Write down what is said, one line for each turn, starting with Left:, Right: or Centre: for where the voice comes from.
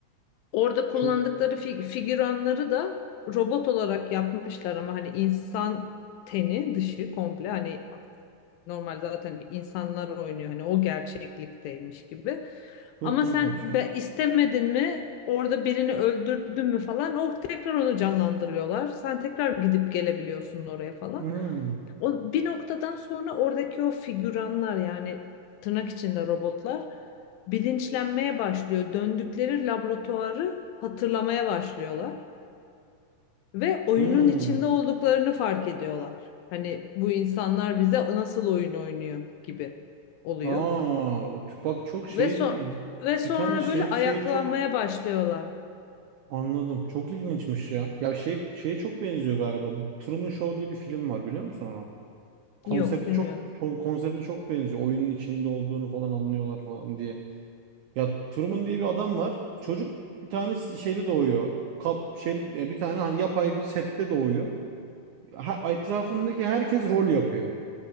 Left: Orada kullandıkları
Right: çok
Left: fi- figüranları da robot olarak yapmışlar ama hani insan teni dışı komple hani normal zaten bir insanlar oynuyor hani o gerçeklikteymiş gibi.
Right: çok
Left: Ama
Right: ilginç
Left: sen
Right: ya.
Left: be, istemedin mi orada birini öldürdün mü falan o tekrar onu canlandırıyorlar. Sen tekrar gidip gelebiliyorsun oraya falan.
Right: Hmm,
Left: O bir noktadan sonra oradaki o figüranlar yani tırnak içinde robotlar bilinçlenmeye başlıyor. Döndükleri laboratuvarı hatırlamaya başlıyorlar ve oyunun
Right: hmm.
Left: içinde olduklarını fark ediyorlar. Hani bu insanlar bize nasıl oyun oynuyor gibi oluyor.
Right: Aa, o Tupac çok şeydi.
Left: Ve son
Right: Bir,
Left: ve sonra
Right: bir tane şey
Left: böyle ayaklanmaya
Right: şey çok
Left: başlıyorlar.
Right: anladım. Çok ilginçmiş ya. Ya şey şeye çok benziyor galiba. The Truman Show diye bir film var biliyor musun onu? Konsepti
Left: Yok, bilmiyorum.
Right: çok çok konsepti çok benziyor. Oyunun içinde olduğunu falan anlıyorlar falan diye. Ya Truman diye bir adam var. Çocuk bir tane si-, şeyde doğuyor. Kap şey e, bir tane hani yapay bir sette doğuyor. Ha, etrafındaki herkes rol yapıyor.